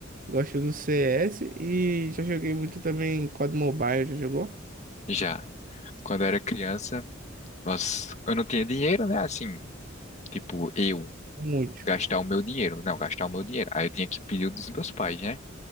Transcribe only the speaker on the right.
gosto do CS e já joguei muito também COD Mobile, já jogou?
Muito.